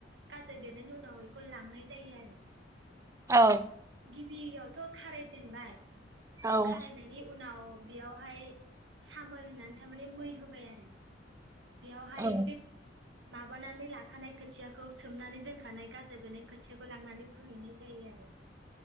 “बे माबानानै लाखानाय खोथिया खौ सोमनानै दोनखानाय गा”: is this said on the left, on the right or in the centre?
Right